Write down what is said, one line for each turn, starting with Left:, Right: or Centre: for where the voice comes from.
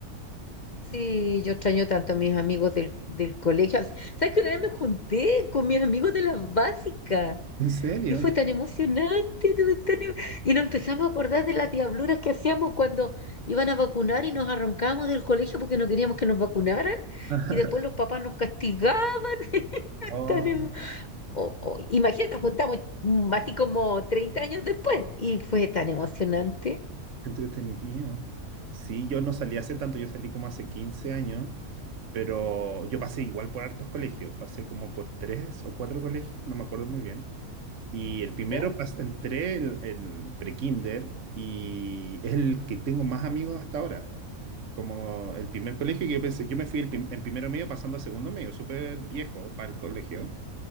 Left: sí, yo extraño tanto a mis amigos del, del colegio. ¿Sabes que una vez me junté con mis amigos de la básica?
Right: ¿En serio?
Left: Y fue tan emocionante, todo tan em- y nos empezamos a acordar de las diabluras que hacíamos cuando iban a vacunar y nos arrancábamos del colegio porque no queríamos que nos vacunaran,
Right: <laughs>
Left: y después los papás nos castigaban. <laughs>
Right: Oh.
Left: Tan em- o- o- imagínate, nos juntamos mm, así como 30 años después, y fue tan emocionante.
Right: Qué Entretenido. Sí, yo no salí hace tanto, yo salí como hace 15 años, pero yo pasé igual por hartos colegios, pasé como por tres o cuatro colegios, no me acuerdo muy bien. Y el primero
Left: ¿Ya?
Right: pas- entré el, el pre-kinder y es el que tengo más amigos hasta ahora. Como
Left: Mm,
Right: el primer colegio que yo pensé, yo me fui el prim- en primero medio pasando a segundo medio, súper viejo para el colegio,